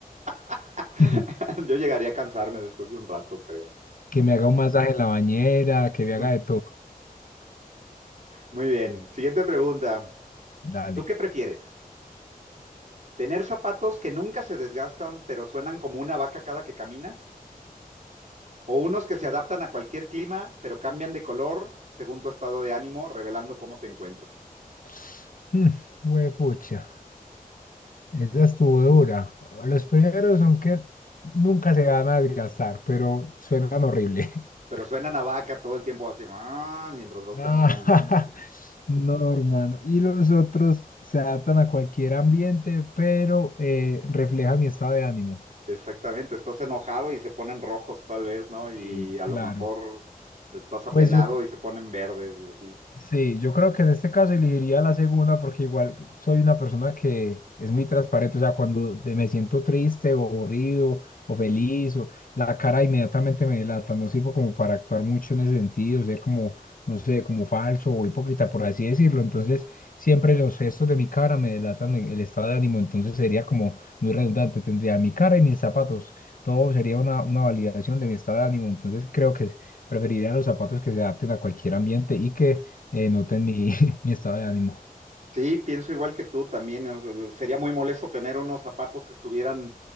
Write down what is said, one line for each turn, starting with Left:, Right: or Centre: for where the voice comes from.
Right: <laughs>
Left: <laughs>
Right: Yo llegaría a cansarme después de un rato, creo.
Left: Que me haga un masaje en la bañera, que me
Right: <laughs>
Left: haga de todo.
Right: Muy bien, siguiente pregunta.
Left: Dale.
Right: ¿Tú qué prefieres? ¿Tener zapatos que nunca se desgastan pero suenan como una vaca cada que caminas? O unos que se adaptan a cualquier clima, pero cambian de color según tu estado de ánimo, revelando cómo te encuentras.
Left: <laughs> Mm, Huepucha. Esa estuvo dura. Los primeros, son que nunca se van a desgastar, pero suenan horrible. <laughs>
Right: Pero suenan a vaca todo el tiempo así, "Ah", mientras vas
Left: Ah,
Right: caminando. <laughs>
Left: <laughs> no, hermano. Y los otros se adaptan a cualquier ambiente, pero eh, reflejan mi estado de ánimo.
Right: Exactamente, estás enojado y se ponen rojos tal vez, ¿no? Y
Left: Sí,
Right: a
Left: claro.
Right: lo mejor estás apenado
Left: Pues yo
Right: y se ponen verdes y así.
Left: Sí, yo creo que en este caso elegiría la segunda porque igual soy una persona que es muy transparente, o sea, cuando de- me siento triste o aburrido o feliz, o, la cara inmediatamente me delata, no sirvo como para actuar mucho en ese sentido, ser como, no sé, como falso o hipócrita, por así decirlo, entonces siempre los gestos de mi cara me delatan el el estado de ánimo, entonces sería como muy redundante, tendría mi cara y mis zapatos, todo sería una, una validación de mi estado de ánimo, entonces creo que preferiría los zapatos que se adapten a cualquier ambiente y que eh, noten mi, <laughs> mi estado de ánimo.
Right: Sí, pienso igual que tú también. o sea, sería muy molesto tener unos zapatos que estuvieran